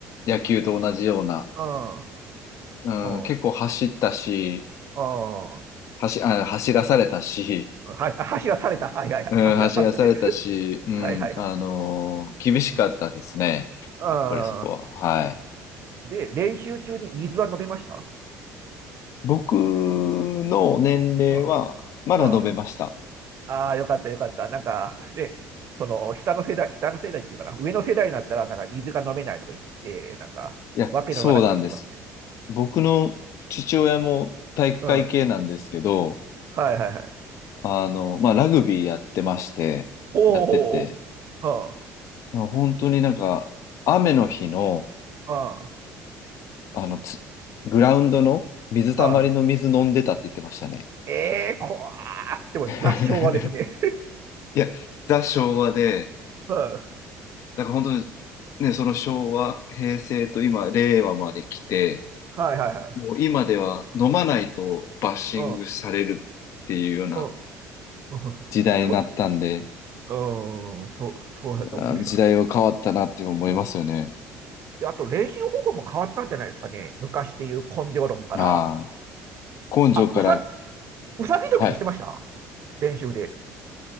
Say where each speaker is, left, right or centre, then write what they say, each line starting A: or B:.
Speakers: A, on the left (about 60°); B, on the right (about 50°).
A: 野球と同じような、
B: あ。
A: うん、
B: うん。
A: 結構走ったし、
B: うん。うん。
A: 走、あ、走らされたし、
B: はい。あ走らされた。はいはいはい。
A: うん、
B: 走らされたね。
A: 走らされたし、うん、
B: はいはいはい。
A: あのー厳しかったですね。
B: うん。ああ、
A: やっぱりそこは。はい。
B: で、練習中に水は飲めました
A: 僕の年齢は、
B: うん、
A: まだ飲めました。
B: うん。ああ、よかったよかった。なんか、で、その、下の世代、下の世代っていうかな、上の世代になったら、なんか水が飲めないとか言って、なんか、
A: いや、
B: わけのわからないこと言ってますね。
A: そうなんです。僕の父親も体育会系なんですけど、
B: <laughs> うん。はいはいはい。
A: あの、まあ、ラグビーやってまして、
B: ほうほうほう。
A: やってて、
B: は
A: まあ本当になんか、雨の日の、
B: あ、は
A: あの、つグラウンドの水たまりの水飲んでたって言ってましたね。
B: あ、はあ。ええー、怖ー。でも、
A: <laughs>
B: 雑昭和ですね。
A: いや、ザ・昭和で、
B: <laughs> うん。
A: だから本当にね、その昭和、平成と今、令和まで来て、
B: はいはいはい。
A: もう今では飲まないとバッシングされるっていうような
B: うん、うん。うん <laughs>
A: 時代になったんで、
B: そううん、そう、そうだと思います。
A: いやー、時代は変わったなって思いますよね。
B: あと練習方法も変わったんじゃないですかね。昔でいう根性論から。
A: ああ、根性から、
B: あ、うさ、うさぎ跳びってしてました
A: はい。
B: 練習で。